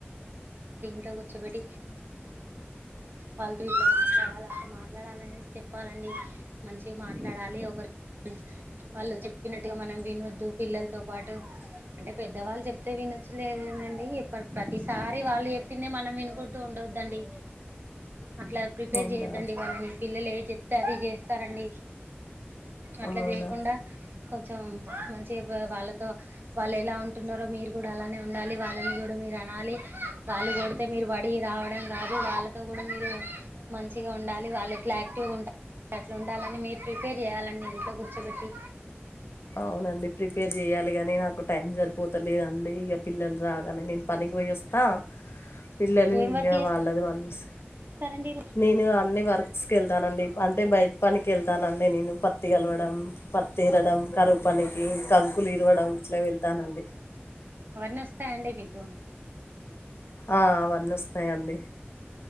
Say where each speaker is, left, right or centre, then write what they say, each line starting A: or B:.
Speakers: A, on the right; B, on the left.
A: ట కూర్చోబెట్టి వాళ్ళతో ఇట్ల మాట్లాడాలి అట్ల మాట్లాడాలని చెప్పాలండి మంచిగ్ మాట్లాడాలి ఒకర్ ఇగ వాళ్ళు చెప్పినట్టుగా మనం వినొద్దు పిల్లలతో పాటు అంటే పెద్దవాళ్ళు చెప్తే వి నచ్చలేదనండి ఇప్పడ్ ప్రతిసారి వాళ్ళు చెప్పిందే మనం వినుకుంటూ ఉండోద్దండి అట్ల ప్రిపేర్
B: అవునా
A: చేయొద్దండి వాళ్ళని పిల్లలు ఏ చెప్తే అది చేస్తారండి అట్ల
B: అవునా
A: చేయకుండా కొంచం కొంచే వ వాళ్ళతో వాళ్ళు ఎలా ఉంటున్నారో మీరు కూడా అలానే ఉండాలి వాళ్ళని కూడా మీరు అనాలి వాళ్ళు కొడ్తే మీరు వడి రావడం కాదు వాళ్ తో కూడ మీరే మంచిగా ఉండాలి వాళ్ళు ఎట్ల యాక్టివ్గా ఉంట అట్లుండాలని మీరు ప్రిపేర్ చేయ్యాలండి ఇంట్లో కూర్చోబెట్టి
B: అవునండి ప్రిపేర్ చెయాలి కని నాకు టైం జర్ పోతలే అండి ఇయ పిల్లల్ రాగానే నేను పనికి పోయేస్తా పిల్లలు
A: ఏం
B: ఇంక
A: వర్క్
B: వాళ్ళది వాళ్ళు చుస్
A: చేస్తారండి
B: నేను అన్ని వర్క్స్కి వెళ్తానండి అంటే బయట్ పని కేళ్తానండి నేను పత్తి కలవడం పత్తి ఎరడం దో పనికి కంకులు ఇరవడం ఇట్ల వెళ్తానండి
A: ఒస్తాయండి మీకు
B: ఆ అవన్ని ఒస్తాయండి